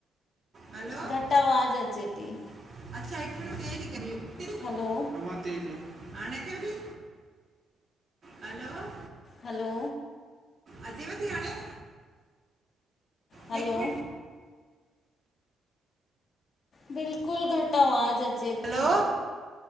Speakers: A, on the right; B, on the left.
A: हलो
B: घट आवाज़ अचे ती।
A: अच्छा, हिक मिंन्ट, ॿे
B: हलो!
A: हा तेज़ आ, हाणे अचेव ती? हलो!
B: हलो!
A: अचेव ती हाणे?
B: हलो!
A: हिकु मिंट
B: बिल्कुल घट आवाज़ अचे
A: हलो
B: ती।